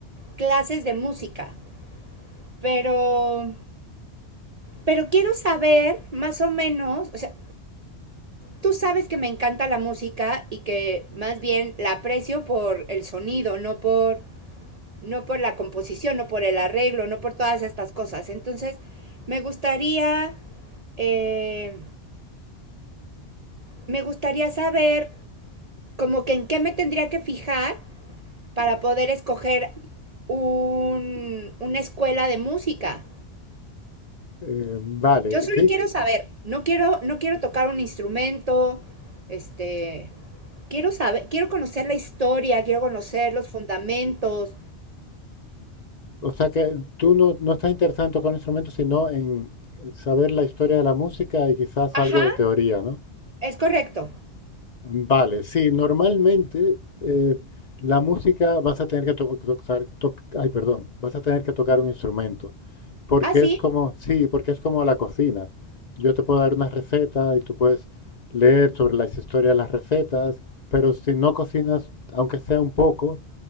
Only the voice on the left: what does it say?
Eh, vale,
¿qué-
o sea que tú no, no estás interesado en tocar un instrumento, sino en saber la historia de la música y quizás
algo de teoría, ¿no?
Vale, sí, normalmente eh, la música vas a tener que to- tocar, toc- ay, perdón, vas a tener que tocar un instrumento, porque
es como, sí, porque es como la cocina. Yo te puedo dar una receta y tú puedes leer sobre la historia de las recetas, pero si no cocinas, aunque sea un poco,